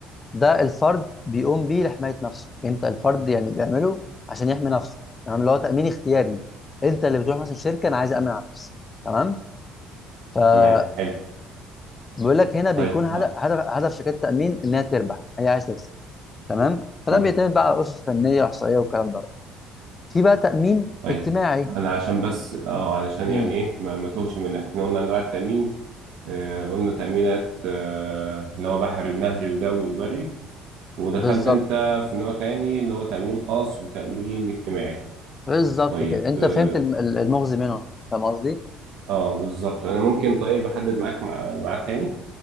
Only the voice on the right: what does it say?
تمام حلو
طيب
ها.
مم.
طيب
انا عشان بس اه علشان
يعني ايه ما, ما توهش منك احنا قلنا انواع التامين آه قلنا تامينات آه اللي هو بحري ونهري وجوي وبري ودخلت
انت في نوع تاني اللي هو تامين خاص وتامين اجتماعي
طيب
اه,
آه بالظبط انا ممكن طيب احدد معاك مع- ميعاد تاني